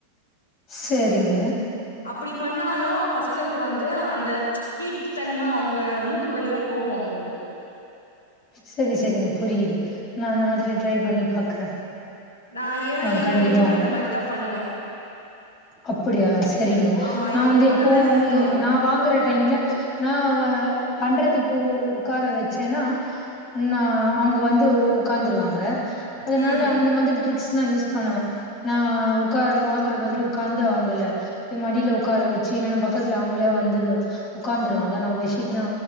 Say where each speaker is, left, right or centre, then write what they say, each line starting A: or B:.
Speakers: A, on the left (about 30°); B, on the left (about 75°).
A: சரிங்க.
B: அப்டி பண்ணா லோ பசங்களுக்கு வந்து அந்த ஹீட் தன்ம அவுங்க மூக்கு வழியா போகு அவுங்குக்கு
A: செரி செரிங்க புரியிது நா இந்த மாதிரி ட்ரை பண்ணி பாக்குற
B: நா ஏன்னா
A: ஆ
B: என்
A: கண்டிப்பா
B: பையனுக்கு அந்த மாரிதா பண்ணுவே
A: அப்புடியா சரிங்க
B: ஆமா
A: நா
B: இது
A: வந்து
B: ரொம்ப
A: எப்பவு
B: நல்லா எஃபெக்ட்
A: ஏ
B: ஆகு
A: நா வாங்குற டைம்ல வ நா பண்றதுக்கு உக்கார வச்ச ச்சேன்னா நா அவங்க வந்து ஓ ஒக்காந்துருவாங்க அதுனால
B: ம்
A: அந்த மாதிரி ட்ரிக்ஸ் நா யூஸ் பண்ணுவே நா உக்கா வாங்குற மாதிரி உக்காந்து அவங்கள இ மடில உக்கார வச்சு இல்லைன்னா பக்கத்துல அவங்களே வந்து உக்காந்துருவாங்க நா பெட்ஷீட்லா